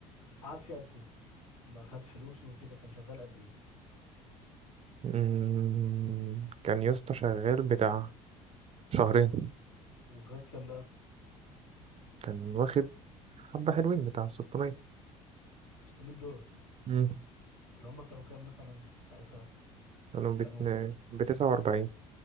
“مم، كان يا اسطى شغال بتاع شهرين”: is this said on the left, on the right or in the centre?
Right